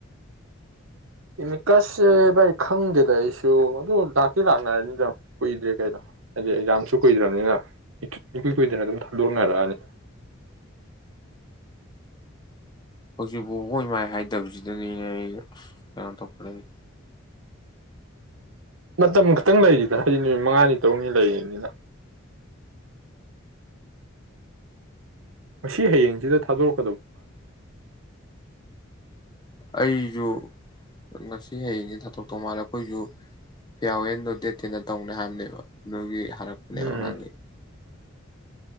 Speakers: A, on the right; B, on the left.
A: ꯏꯃꯤꯠꯀ꯭ꯔꯥꯗꯁꯦ ꯚꯥꯏ ꯈꯪꯗꯦꯗ ꯑꯩꯁꯨ ꯑꯗꯨ ꯂꯥꯛꯇꯤ ꯂꯥꯛꯅꯔꯅꯤꯗ ꯀꯨꯏꯗ꯭ꯔꯦ ꯀꯩꯅꯣ ꯍꯥꯏꯗꯤ ꯑꯦꯛꯖꯥꯝꯁꯨ ꯀꯨꯏꯗ꯭ꯔꯕꯅꯤꯅ ꯏꯀꯨꯏ ꯀꯨꯏꯗꯅ ꯑꯗꯨꯝ ꯊꯥꯗꯣꯛꯅꯔꯛꯑꯅꯤ
B: ꯍꯧꯖꯤꯛꯐꯥꯎ ꯍꯣꯏ ꯃꯥꯏ ꯍꯥꯏꯗꯕꯁꯤꯗꯅꯤꯅꯦ ꯑꯩꯅ ꯀꯩꯅꯣ ꯇꯧ ꯎꯝ
A: ꯃꯇꯝ ꯈꯤꯇꯪ ꯂꯩꯔꯤꯗꯅ ꯍꯥꯏꯗꯤ ꯅꯨꯃꯤꯠ ꯃꯉꯥꯅꯤ ꯇꯔꯨꯛꯅꯤ ꯂꯩꯔꯤꯗꯅ ꯉꯁꯤ ꯍꯌꯦꯡꯁꯤꯗ ꯊꯥꯗꯣꯛ
B: ꯑꯩꯁꯨ ꯉꯁꯤ ꯍꯌꯦꯡꯁꯦ ꯊꯥꯗꯣꯛ ꯇꯧ ꯃꯥꯜꯂꯦ ꯑꯩꯈꯣꯏꯁꯨ ꯌꯥꯎꯋꯦꯗꯣ ꯗꯦꯠ ꯇꯦꯟꯗ ꯇꯧꯅꯤ ꯍꯥꯏꯕꯅꯦꯕ ꯑꯗꯨꯒꯤ ꯐꯥꯔꯠꯄꯅꯦ
A: ꯎꯝ
B: ꯑꯉꯥꯡꯒꯩ